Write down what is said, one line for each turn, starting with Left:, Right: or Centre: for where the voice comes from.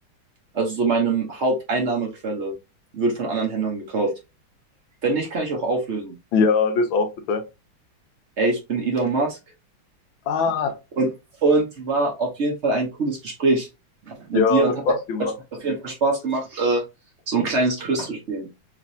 Right: also so meine Haupteinnahmequelle wird von anderen Händlern gekauft. Wenn nicht, kann ich auch auflösen.
Left: Ja, das auch bitte.
Right: Ey, ich bin Elon Musk.
Left: Ah,
Right: Und, und war auf jeden Fall ein cooles Gespräch mit
Left: ja,
Right: dir und
Left: hat
Right: hat
Left: Spaß gemacht.
Right: auf jeden Fall Spaß gemacht, äh, so ein kleines Quiz zu spielen.